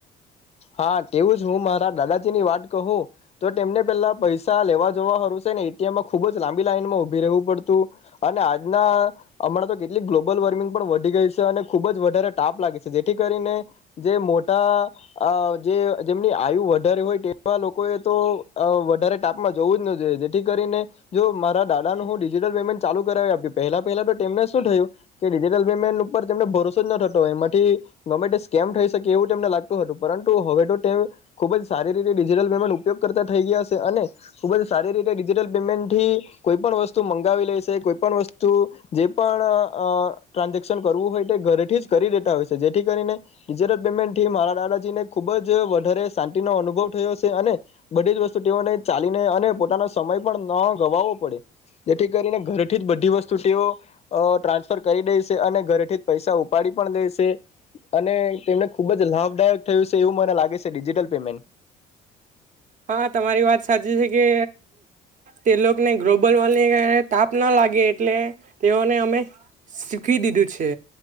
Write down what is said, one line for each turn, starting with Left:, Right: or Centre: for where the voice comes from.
Left: હા તેવું જ. હું મારા દાદાજી ની વાત કહું તો તેમને પેલા પૈસા લેવા જોવા હારું સે ને ત્યાષમ ખુબ જ લાંબી લાઈન માં ઉભી રહેવું પડતું, અને આજના હમણાં તો કેટલીક ગ્લોબલ વોર્મિંગ પણ વધી ગઈ સે અને ખુબ જ વધારે તાપ લાગે છે. જેથી કરીને જે મોટા અહ જે જેમની આયુ વધારે હોય તેવા લોકોએ તો અહ વધારે ટાપમાં જવું જ ન જોઈએ, જેથી કરીને જો મારા દાદાનું હું ડિજિટલ પેમેન્ટ ચાલુ કરાવી આપી. પહેલા-પહેલા તો તેમને શું થયું કે ડિજિટલ પેમેન્ટ ઉપર તેમને ભરોસો જ ન થતો, એમાંથી ગવર્મેન્ટે સ્કેમ થઈ શકે એવું તેમને લાગતું હતું પરંતુ હવે તો તે ખુબ જ સારી રીતે ડિજિટલ પેમેન્ટ ઉપયોગ કરતા થઈ ગયા સે, અને ખુબ જ સારી રીતે ડિજિટલ પેમેન્ટ થી કોઈ પણ વસ્તુ મંગાવી લેશે, કોઈ પણ વસ્તુ જે પણ અહ ટ્રાન્ઝેક્શન કરવું હોય તે ઘરેથી જ કરી દેતા હોય છે. જેથી કરીને ડિજિટલ પેમેન્ટથી મારા દાદા જીષને ખુબ જ વધારે શાંતિનો અનુભવ થયો છે, અને બધી જ વસ્તુઓને ચાલીને અને પોતાનો સમય પણ ન ગવાવો પડે, જેથી કરીને ઘરેથી જ બધી વસ્તુ ટેઓ ટ્રાન્સફર કરી દે શે, અને ઘરેથી જ પૈસા ઉપાડી પણ દેશે, અને તેમને ખુબ જ લાભદાયક થયું છે એવું મને લાગે છે ડિજિટલ પેમેન્ટ..
Right: હા તમારી વાત સાચી છે કે તે લોકને ગ્લોબલ વોર્મિંગ અને તાપ ન લાગે એટલે તેઓને અમે શીખી દીધું છે,